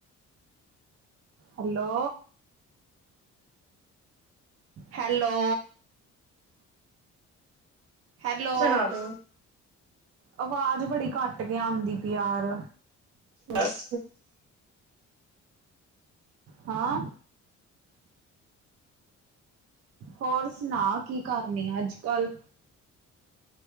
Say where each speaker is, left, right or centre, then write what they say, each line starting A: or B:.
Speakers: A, on the right; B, on the right.
A: ਹੈਲੋ - ਹੈਲੋ ਹੈਲੋ
B: ਸੁਣਾ ਦੋ
A: ਆਵਾਜ਼ ਬੜੀ ਘੱਟ ਕੇ ਆਉਂਦੀ ਪਿਆਰ
B: ਬਸ
A: ਹਾਂ ਹੋਰ ਸੁਣਾ ਕਿ ਕਰਨੀ ਅੱਜ -ਕੱਲ